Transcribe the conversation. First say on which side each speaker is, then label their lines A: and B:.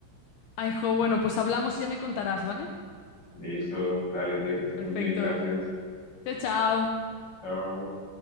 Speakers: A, on the left; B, on the left.
A: Ay, jo, bueno, pues hablamos y ya me contarás, ¿vale?
B: Listo, dale, Antía, que estés
A: Perfecto.
B: muy bien, gracias.
A: Chao, chao.
B: Chao.